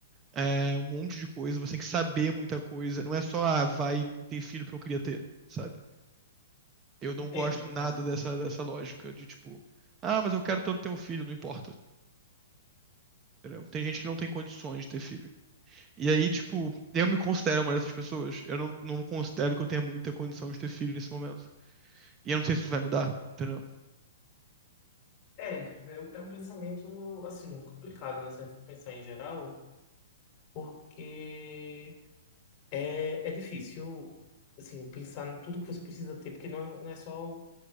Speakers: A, on the right; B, on the left.
A: é, um monte de coisa, você tem que saber muita coisa. Não é só, ah, vai ter filho porque eu queria ter, sabe? Eu não
B: Entendo,
A: gosto
B: entendo.
A: nada dessa, dessa lógica de tipo, ah, mas eu quero tanto ter um filho, não importa. entendeu? Tem gente que não tem condições de ter filho. E aí, tipo, eu me considero uma dessas pessoas. Eu não, não considero que eu tenha muita condição de ter filho nesse momento. E eu não sei se isso vai mudar, entendeu?
B: É, é, é um é um pensamento, assim, complicado, né? Se a gente for pensar em geral, porque é, é difícil, assim, pensar em tudo que você precisa ter, porque não é, não é só,